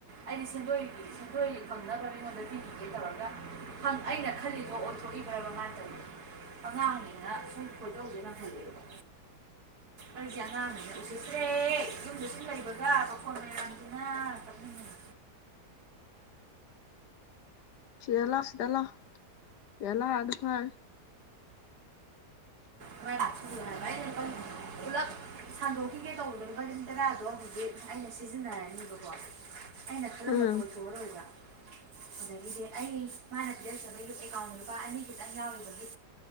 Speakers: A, on the right; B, on the left.
A: ꯑꯩꯗꯤ ꯁꯦꯟꯗꯣꯏꯒꯤ ꯁꯦꯟꯗꯣꯏꯒꯤ ꯐꯪꯅꯕ ꯃꯤꯉꯣꯟꯗ ꯄꯤꯕꯤꯒꯦ ꯇꯧꯔꯒ ꯑꯩꯅ ꯈꯜꯂꯤꯗꯣ ꯑꯣꯟꯊꯣꯛꯏꯕ꯭ꯔꯕ ꯃꯥꯅꯇꯧꯏꯗꯣ ꯑꯉꯥꯡꯅꯤꯅ ꯁꯨꯝ ꯈꯣꯏ ꯗꯧꯁꯦ ꯂꯥꯡꯈꯠꯂꯦꯕ ꯑꯩꯁꯦ ꯑꯉꯥꯡꯅꯅꯦ ꯎꯁꯤꯠꯇ꯭ꯔꯦ ꯌꯨꯝꯗꯁꯨꯨꯝ ꯂꯩꯕꯒ ꯄꯈꯣꯟ ꯃꯌꯥꯝꯖꯤꯅ ꯀꯞꯅꯤꯡꯉꯦ
B: ꯁꯤꯗ ꯂꯥꯎ ꯁꯤꯗ ꯂꯥꯎ ꯁꯤꯗ ꯂꯥꯎꯍꯥꯏꯅꯦ ꯐꯔꯦ
A: ꯅꯃꯥꯏ ꯃꯊꯨꯔꯥ ꯍꯥꯏꯕ ꯑꯩꯅ ꯂꯨꯄꯥ ꯄꯨꯂꯞ ꯁꯟꯗꯣꯛꯈꯤꯒꯦ ꯇꯧꯕꯗꯣ ꯂꯨꯄꯥ ꯂꯤ ꯇꯔꯥꯗꯣ ꯍꯧꯖꯤꯛ ꯑꯩꯅ ꯁꯤꯖꯤꯟꯅꯤꯕꯀꯣ ꯑꯩꯅ ꯈꯜꯂꯝꯕꯗꯣ
B: ꯎꯝ
A: ꯑꯣꯏꯊꯣꯛꯑꯔꯣꯏꯕ ꯑꯗꯒꯤꯗꯤ ꯑꯩ ꯃꯥꯅ ꯄꯤꯔꯀꯇ꯭ꯔꯒ ꯑꯦꯀꯥꯎꯟꯗ ꯂꯨꯄꯥ ꯑꯅꯤ ꯈꯤꯇꯪ ꯌꯥꯎꯕꯒꯤ